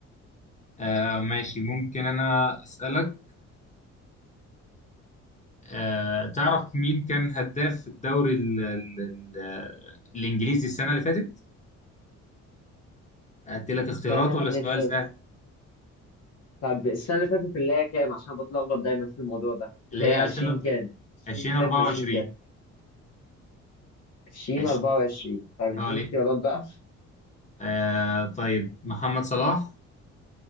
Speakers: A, on the left; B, on the left.
A: آه ماشي ممكن انا اسالك آه، تعرف مين كان هداف الدوري ال ال ال الإنجليزي السنة اللي فاتت؟ أدي لك اختيارات
B: السنة
A: ولا
B: اللي
A: سؤال
B: فاتت
A: سهل؟
B: طب السنة اللي فاتت اللي هي كام عشان بتلخبط دايما في الموضوع ده
A: اللي
B: اللي
A: هي
B: هي 20 كام 20
A: 2024
B: كام و20 كام 20
A: ماشي
B: 24 طب اديني
A: اه ليه؟
B: اختيارات بقى <laughs>
A: آه طيب محمد صلاح